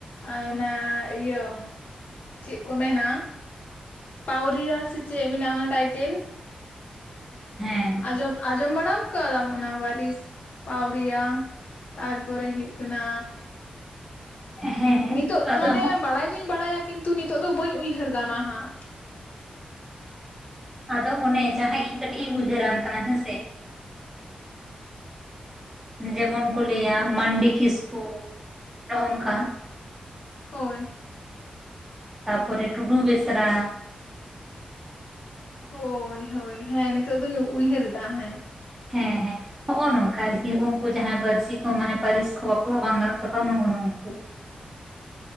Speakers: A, on the left; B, in the centre.
A: ᱟ ᱚᱱᱟ ᱤᱭᱟᱹ ᱪᱮᱫ ᱠᱚ ᱢᱮᱱᱟ ᱯᱟᱣᱨᱤᱭᱟ ᱥᱮ ᱪᱮᱜ ᱢᱮᱱᱟ ᱚᱱᱟ ᱴᱟᱭᱴᱮᱞ
B: ᱦᱮᱸ
A: ᱟᱸᱡᱚᱢ ᱟᱸᱡᱚᱢ ᱵᱟᱲᱟᱣ ᱠᱟᱫᱟᱢ ᱚᱱᱟ ᱯᱟᱨᱤᱥ ᱯᱟᱣᱨᱤᱭᱟ ᱛᱟᱨ ᱯᱚᱨᱮ ᱦᱩᱭᱩᱜ ᱠᱟᱱᱟ
B: ᱦᱮᱸ
A: ᱱᱤᱛᱳᱜ
B: ᱟᱫᱚ
A: ᱢᱟᱱᱮ ᱵᱟᱲᱟᱭ ᱫᱩᱧ ᱵᱟᱲᱟᱭᱟ ᱠᱤᱱᱛᱩ ᱱᱤᱛᱳᱜ ᱫᱚ ᱵᱟᱹᱧ ᱩᱭᱦᱟᱹᱨ ᱫᱟ ᱱᱟ ᱦᱟᱸᱜ
B: ᱟᱫᱚ ᱚᱱᱮ ᱡᱟᱦᱟᱸ ᱤᱧ ᱠᱟᱹᱴᱤᱡ ᱤᱧ ᱩᱭᱦᱟᱹᱨᱟᱢ ᱠᱟᱱᱟ ᱦᱮᱸᱥᱮ ᱡᱮᱢᱚᱱ ᱠᱚ ᱞᱟᱹᱭᱟ ᱢᱟᱱᱰᱤ ᱠᱤᱥᱠᱩ ᱦᱚᱝᱠᱟ
A: ᱦᱳᱭ
B: ᱛᱟᱯᱚᱨᱮ ᱴᱩᱰᱩ ᱵᱮᱥᱨᱟᱼᱼ
A: ᱦᱳᱭ ᱦᱳᱭ ᱦᱮᱸ ᱱᱤᱛᱚᱜ ᱫᱚᱧ ᱩᱭᱦᱟᱹᱨ ᱨᱮᱫᱟ ᱦᱮᱸ
B: ᱦᱮᱸ ᱦᱮᱸ ᱦᱚᱜᱼᱚ ᱱᱚᱝᱠᱟ ᱟᱨᱠᱤ ᱩᱝᱠᱩ ᱡᱟᱦᱟᱸᱭ ᱯᱟᱹᱨᱥᱤ ᱠᱚ ᱢᱟᱱᱮ ᱯᱟᱹᱨᱤᱥ ᱠᱚ ᱵᱟᱯᱞᱟ ᱵᱟᱝ ᱜᱟᱱᱚᱜ ᱛᱟᱠᱚᱣᱟ ᱱᱚᱜᱼᱚ ᱱᱩᱝᱠᱩ